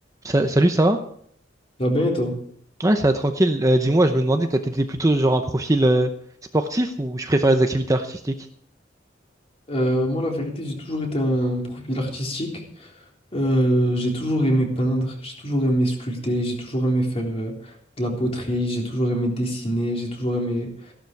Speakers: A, on the right; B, on the left.
A: Sa- salut, ça va?
B: Ah ben, et toi?
A: Ouais, ça va tranquille. Euh, dis-moi, je me demandais, toi, t'étais plutôt genre un profil euh, sportif ou je préférais les activités artistiques?
B: Euh, moi, la vérité, j'ai toujours été un profil artistique. Euh, j'ai toujours aimé peindre, j'ai toujours aimé sculpter, j'ai toujours aimé faire euh, de la poterie, j'ai toujours aimé dessiner, j'ai toujours aimé...